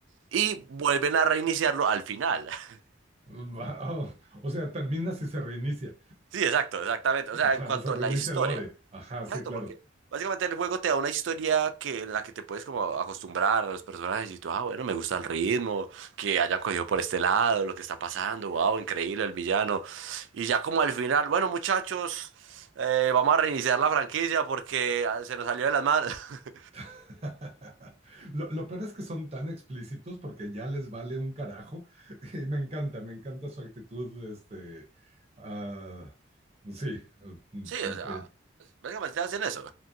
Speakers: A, on the right; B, on the right.
A: Y vuelven a reiniciarlo al final. <laughs>
B: Va- oh, o sea, termina si se reinicia.
A: Sí, exacto, exactamente. O sea,
B: Ajá,
A: en cuanto
B: se
A: a
B: reinicia
A: la historia.
B: el lore. Ajá,
A: Exacto,
B: sí, claro.
A: porque básicamente el juego te da una historia que, en la que te puedes como acostumbrar a los personajes y tú, ah, bueno, me gusta el ritmo, que hayan cogido por este lado, lo que está pasando, wow, increíble el villano. Y ya como al final, bueno, muchachos, eh, vamos a reiniciar la franquicia porque ah, se nos salió de las manos. <laughs>
B: <laughs> Lo, lo peor es que son tan explícitos porque ya les vale un carajo. <laughs> Y me encanta, me encanta su actitud, este, ah, sí, eh,
A: Sí, o sea,
B: que,
A: básicamente hacen eso.